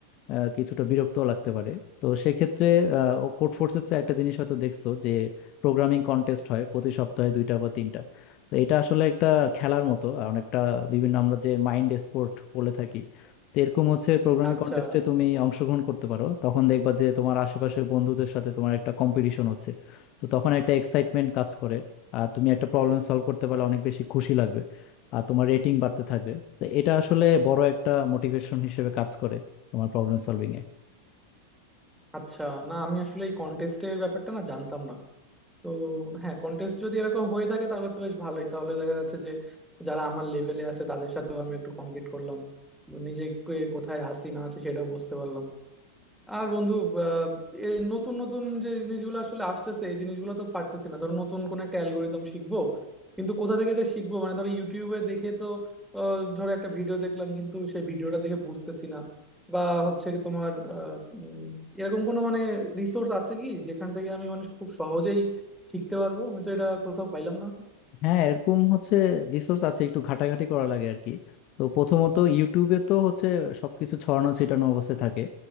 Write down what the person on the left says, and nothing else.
আহ, কিছুটা বিরক্ত লাগতে পারে তো সেক্ষেত্রে কোড ফোর্সেস একটা জিনিস হয়তো দেখছো যে প্রোগ্রামিং কন্টেস্ট হয় প্রতি সপ্তাহে দুইটা বা তিনটা তো এটা আসলে একটা খেলার মতো আর অনেকটা বিভিন্ন আমরা যে মাইন্ড স্পোর্ট বলে থাকি তো এরকম হচ্ছে প্রোগ্রামিং
কন্টেস্টে তুমি অংশগ্রহণ করতে পারো তখন দেখবা যে তোমার আশেপাশের বন্ধুদের সাথে তোমার একটা কম্পিটিশন হচ্ছে তো তখন একটা এক্সাইটমেন্ট কাজ করে আর তুমি একটা প্রবলেম সলভ করতে পারলে অনেক বেশি খুশি লাগবে আর তোমার রেটিং বাড়তে থাকবে তো এটা আসলে বড় একটা মোটিভেশন হিসেবে কাজ করে তোমার প্রবলেম সলভিং এ।
হ্যাঁ এরকম হচ্ছে রিসোর্স আছে একটু ঘাটাঘাটি করা লাগে আর কি তো প্রথমত ইউটিউবে তো হচ্ছে সবকিছু ছড়ানো ছিটানো অবস্থায় থাকে